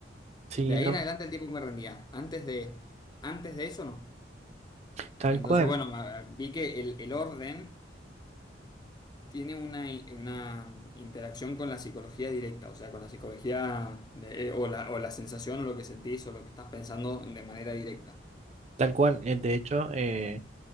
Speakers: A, on the right; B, on the left.
A: sí,
B: De ahí
A: no.
B: en adelante el tiempo me rendía. Antes de, antes de eso no.
A: Tal
B: Entonces,
A: cual,
B: bueno, ma- vi que el, el orden tiene una, una interacción con la psicología directa, o sea, con la psicología de- eh, o la, o la sensación o lo que sentís o lo que estás pensando de manera directa.
A: tal cual. Eh, De hecho, eh,